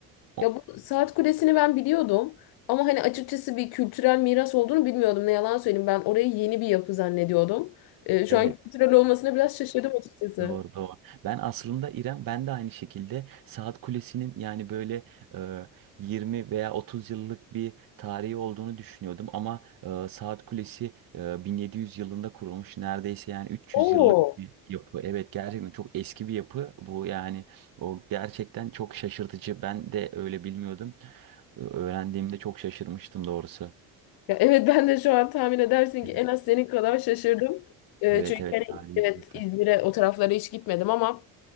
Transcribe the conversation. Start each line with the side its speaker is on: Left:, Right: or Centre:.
Right: O-
Left: Ya bu saat kulesini ben biliyordum ama hani açıkçası bir kültürel miras olduğunu bilmiyordum. Ne yalan söyleyeyim ben orayı yeni bir yapı zannediyordum. E, şu
Right: Evet.
Left: an kültürel olmasına biraz şaşırdım açıkçası.
Right: Doğru doğru. Ben aslında İrem ben de aynı şekilde Saat Kulesi'nin yani böyle e, 20 veya 30 yıllık bir tarihi olduğunu düşünüyordum ama e, Saat Kulesi e, 1700 yılında kurulmuş neredeyse yani 300
Left: Oo.
Right: yıllık bir yapı. Evet gerçekten çok eski bir yapı bu yani o gerçekten çok şaşırtıcı. Ben de öyle bilmiyordum. Ö- Öğrendiğimde çok şaşırmıştım doğrusu.
Left: Ya evet ben de şu an tahmin edersin
Right: Evet
Left: ki en az senin kadar şaşırdım. Ee,
Right: evet
Left: çünkü
Right: evet,
Left: hani
Right: tarihi
Left: evet
Right: bir yapı.
Left: İzmir'e o taraflara hiç gitmedim ama